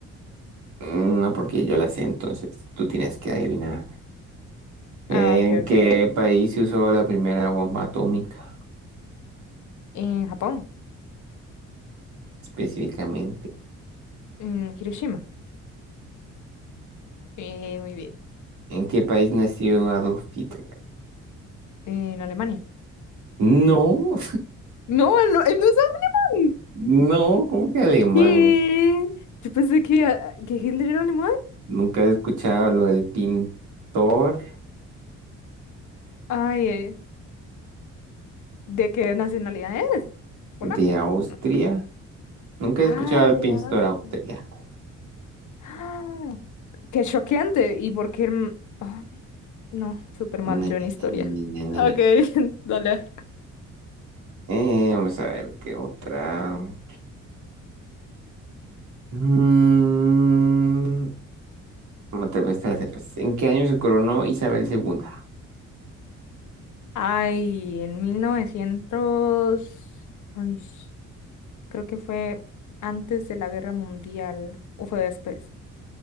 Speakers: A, on the right; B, on the left.
A: Mm, No, porque yo las sé, entonces tú tienes que adivinar. ¿En
B: Ah, ok, ok.
A: qué país se usó la primera bomba atómica
B: En Japón.
A: específicamente?
B: En Hiroshima. Eh, muy bien.
A: ¿En qué país nació Adolf Hitler?
B: En Alemania.
A: No,
B: No, él no, él no es alemán.
A: <laughs> no, ¿cómo que alemán?
B: ¿Qué? Yo pensé que, ah, que Hitler era alemán.
A: ¿Nunca has escuchado lo del pintor?
B: Ay, eh, ¿de qué nacionalidad es? Polaco.
A: de Austria.
B: No.
A: Nunca
B: Ah,
A: he escuchado al
B: de
A: pintor
B: Austria.
A: austriaco.
B: Ah, qué choqueante. ¿Y por qué? el- Ay, no, súper mal
A: Na,
B: yo en historia.
A: na, na, na, na, na, na,
B: Ok,
A: na.
B: <laughs> dale.
A: Eh, vamos a ver qué otra. Mm, no, tal vez te la sepas. ¿En qué año se coronó Isabel segunda
B: Ay, en 1900, Ay, creo que fue antes de la Guerra Mundial o fue después.